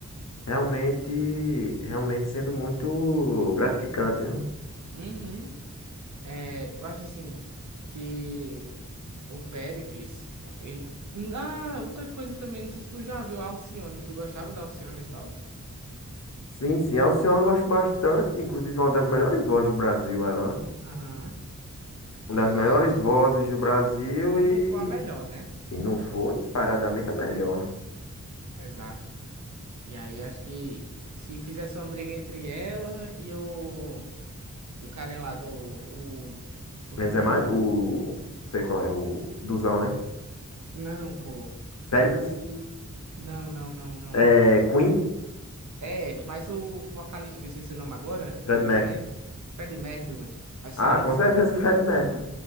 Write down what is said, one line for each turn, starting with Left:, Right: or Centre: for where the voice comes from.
Left: realmente, realmente sendo muito gratificante, né?
Right: Uhum. É, eu acho assim que o Péricles. com- e- Ah, outra coisa também, não sei se tu já viu a Alcione. Tu gostava da Alcione e tal?
Left: Sim, sim. Alcione eu gosto bastante, inclusive é uma das melhores vozes do Brasil, ela. Né?
Right: Aham.
Left: Uma
Right: E
Left: das
Right: aí
Left: melhores
Right: acho.
Left: vozes do Brasil
Right: Se
Left: e,
Right: não for a melhor, né?
Left: se não for, disparadamente a melhor.
Right: Exato. E aí acho que se fizesse uma briga entre ela e o. E o carinha lá do. O... Como
Left: Menos
Right: é o nome?
Left: é mais. O. Sei qual é, o. Duzão, né?
Right: Não, pô.
Left: Péricles.
Right: O. Não, não, não, não.
Left: É, Queen.
Right: É, mas o vocalista, que eu esqueci o nome agora, que fugiu
Left: Fred Mercury.
Right: da mente. Freddie Mercury, mano. Acho
Left: Ah,
Right: que seria
Left: com
Right: uma disputa
Left: certeza
Right: boa,
Left: o Fred
Right: hein?
Left: Mercury.